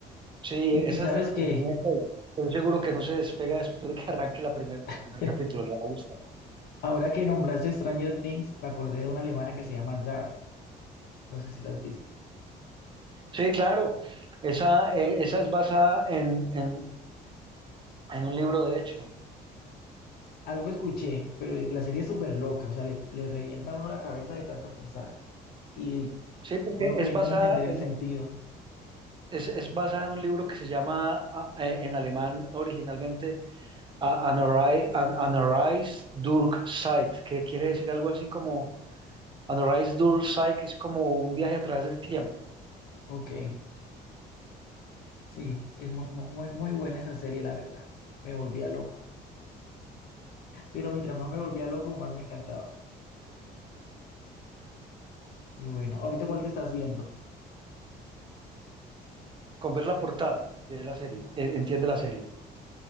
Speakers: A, on the right; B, on the left.
A: Sí,
B: Y,
A: esa
B: y sabes
A: es de la entretenida
B: que
A: que estoy seguro que no se despega después de que arranque la primer, el
B: <laughs>
A: primer capítulo, le va a gustar.
B: ahora que nombraste Stranger Things, me acordé de una alemana que se llama Dark. No sé si la has visto.
A: Sí, claro, esa, eh, esa es basada en, en, en un libro, de hecho.
B: Algo escuché, pero la serie es súper loca, o sea, le, le revienta a uno la cabeza de tanto pensar y
A: Sí, porque
B: uno queriendo
A: es basada
B: entender el
A: en,
B: sentido.
A: es, es basada en un libro que se llama ah, eh, en alemán originalmente A- Anarei- An- Anarreis durch Zeit, que quiere decir algo así como Anarreis durch Zeit, que es como un viaje a través del tiempo.
B: Ok, sí, es mu- mu- muy, muy buena esa serie, la verdad. Me volvía loco. Pero mientras más me volvía loco, más me encantaba. Y bueno, ahorita cuál te estás viendo.
A: Con ver la portada, de la serie, eh, entiende la serie.